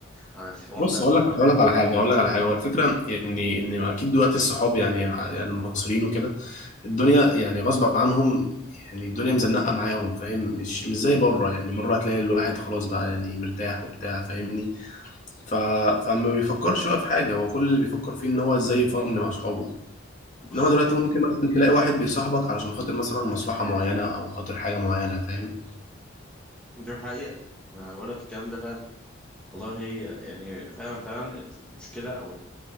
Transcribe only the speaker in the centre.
عن الحوار
ده
دلوقتي
بالظبط
دي حقيقة أنا بقول لك الكلام ده فعلا والله يعني فعلا فعلا المشكلة أو